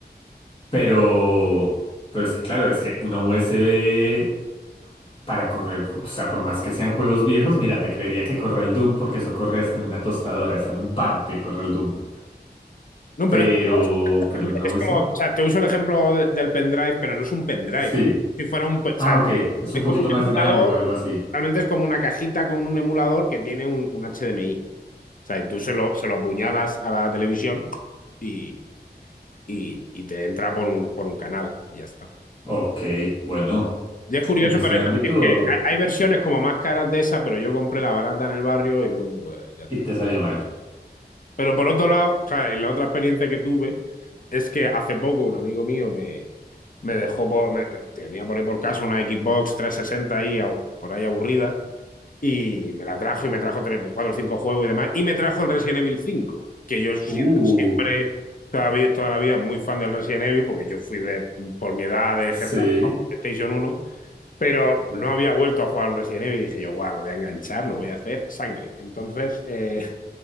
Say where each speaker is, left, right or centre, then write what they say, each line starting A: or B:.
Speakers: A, on the left; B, on the left.
A: Pero, pero es que claro, es que una USB para correr, o sea, por más que sean juegos viejos, mira, te creería que corre el Doom porque eso corre hasta en una tostadora, hasta en un pan te corre el Doom.
B: No,
A: Pero,
B: pero es que no
A: pero una
B: es
A: USB.
B: como, o sea, te uso el ejemplo de- del pendrive, pero no es un pendrive.
A: Sí.
B: Si fuera un, pe- o
A: Ah,
B: sea,
A: ok. Es
B: es
A: un poquito
B: como un
A: más
B: emulador,
A: grande o algo así.
B: realmente es como una cajita con un emulador que tiene un, un HDMI. O sea, y tú se lo, se lo apuñalas a la televisión y, y- y te entra por un, por un canal y ya está.
A: Ok, bueno,
B: Y es curioso,
A: en ese
B: pero es
A: ámbito
B: decir que hay, hay versiones como más caras de esa, pero yo compré la barata en el barrio y bueno, pues ya está.
A: y te salió mal.
B: Pero por otro lado, o sea, y la otra experiencia que tuve es que hace poco un amigo mío me, me dejó, por, me, tenía por ahí por casa una Xbox 360 ahí, por ahí aburrida, y me la trajo y me trajo cuatro o cinco juegos y demás, y me trajo el Resident Evil 5, que yo siempre,
A: Uh.
B: toda, toda la vida, muy fan del Resident Evil, porque yo fui de, por mi edad de
A: Sí,
B: generación PlayStation uno pero no había vuelto a jugar un Resident Evil y dije yo, guau, lo voy a enganchar, lo voy a hacer sangre. Entonces, eh,